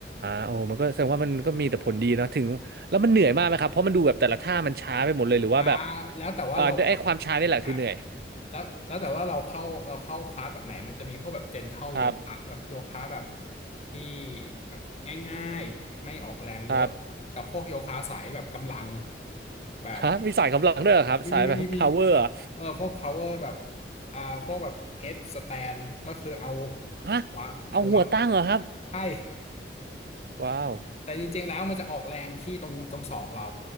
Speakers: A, on the right; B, on the left.
A: โอ้โหมันก็แสดงว่ามันก็มีแต่ผลดีเนอะถึงแล้วมันเหนื่อยมากไหมครับเพราะมันดูแบบแต่ละท่ามันช้าไปหมดเลยหรือว่าแบบ
B: อ่าแล้วแต่ว่าเราเข้า
A: อ่าด้วยไอ้ความช้านี่แหละคือเหนื่อย
B: ใช่ใช่แล้วแล้วแต่ว่าเราเข้าเราเข้าคลาสแบบไหนมันจะมีพวกแบบเจนเท l ลโยคะแบบโยคะแบบ
A: ครับ
B: ที่แบบง่ายๆไม่ออกแรงเยอะกับพวกโยคะสายแบบกำลัง
A: ครับ
B: แบบ
A: ฮะมีสายกำลังด้วยเหรอครับสายแบบ
B: มีมีมี
A: power เหรอ
B: เออพวก power แบบอ่าพวกแบบ head stand ก็คือเอา
A: ฮะ
B: หัวหัว
A: เอาหัวตั้งเหรอครับ
B: ใช่
A: ว้าว
B: แต่จริงๆแล้วมันจะออกแรงที่ตรงตรงศอกเรา